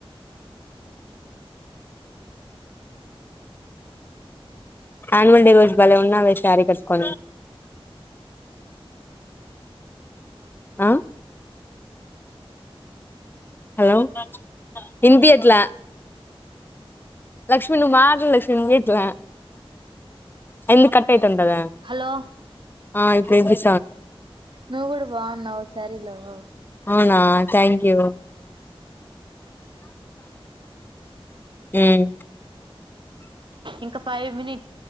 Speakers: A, on the left; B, on the right.
A: యాన్యువల్ డే రోజు భాలే ఉన్నాే శారీ కట్టుకో ఆ హలో హిందీట్లా క్ష్మీ నువ మాత్ర క్ష్మీతు ఎందు కట్ అయితు ఉండద
B: హలో
A: ఆ ఇప్పుడు ఇ
B: నువ కూడాడు బాన్నావ్వు స్యారీలోవ
A: అవునా థ్యాంక్ యూ మ్మ్
B: ఇంకా ఫైవ్ మినిట్